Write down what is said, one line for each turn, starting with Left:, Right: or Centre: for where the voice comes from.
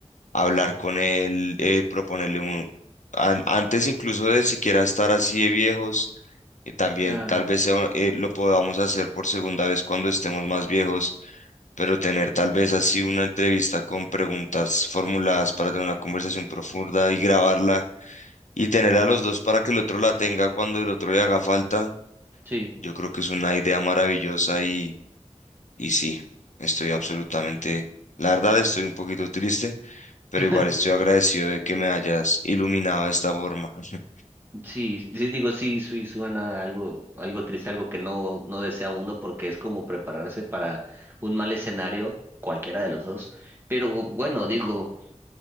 Left: hablar con él, eh, proponerle un... an- antes incluso de siquiera estar así de viejos, eh, también
Right: claro,
Left: tal vez sea, eh, lo podamos hacer por segunda vez cuando estemos más viejos, pero tener tal vez así una entrevista con preguntas formuladas para tener una conversación profunda y grabarla y tener a los dos para que el otro la tenga cuando el otro le haga falta,
Right: sí.
Left: yo creo que es una idea maravillosa y, y sí, estoy absolutamente... La verdad estoy un poquito triste pero
Right: <laughs>
Left: igual estoy agradecido de que me hayas iluminado de esta forma. <laughs>
Right: Sí, sí, digo, sí, sí, suena algo, algo triste, algo que no, no desea uno, porque es como prepararse para un mal escenario, cualquiera de los dos. Pero bueno, digo,